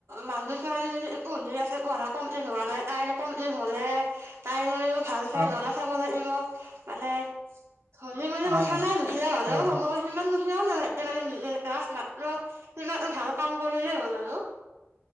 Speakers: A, on the right; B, on the right.
A: মানুহ ছোৱালী যদি একোি আছে পঢ়া মপ্লি হোৱা নমপ্লি হ'লে তাই ভাল খাই
B: অ
A: লনা চাব লাগিব মানে হল বুলি
B: অ
A: কথা নাই লুখীয়া হ'লেও
B: হয় হয়
A: হব সিমান নে ম ৰা মাত ৰ তুমিটা ভাল কাম কৰিলেই হ'ল আৰু